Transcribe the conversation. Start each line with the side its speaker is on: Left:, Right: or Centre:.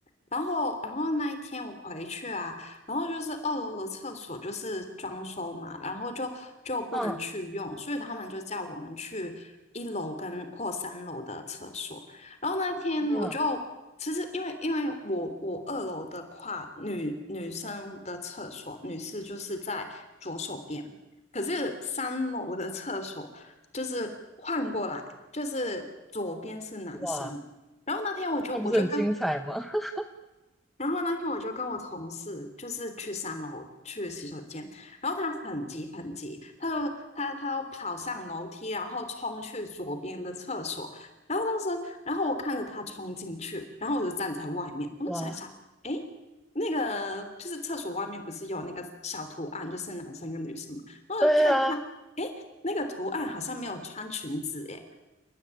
Left: 然后然后那一天我回去啊，然后就是二楼的厕所就是装修嘛，然后就就不能去用，
Centre: 嗯
Left: 所以他们就叫我们去一楼跟或三楼的厕所。然后那天我就其实因为因为我我二楼的话，
Centre: 嗯，
Left: 女女生的厕所女士就是在左手边，可是三楼的厕所就是换过来，就是左边是男生。
Centre: 哇，
Left: 然后那天我就我就跟
Centre: 那不是很精彩吗？<laughs>
Left: 然后那天我就跟我同事就是去三楼去洗手间，然后他很急很急，他就他他跑上楼梯，然后冲去左边的厕所，然后当时候然后我看着他冲进去，然后我就站在外面，我就想一想，
Centre: 哇，
Left: 哎，那个就是厕所外面不是有那个小图案，就是男生跟女生嘛，我就看一看，
Centre: 对呀，
Left: 哎，那个图案好像没有穿裙子耶，